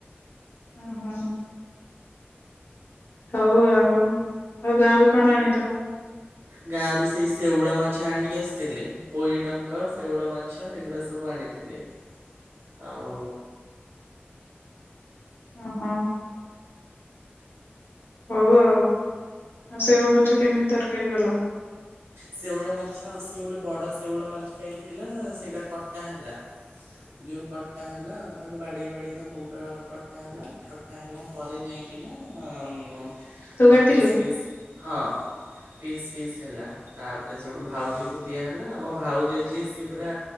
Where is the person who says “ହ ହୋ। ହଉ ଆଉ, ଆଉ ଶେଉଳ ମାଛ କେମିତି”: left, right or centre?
Left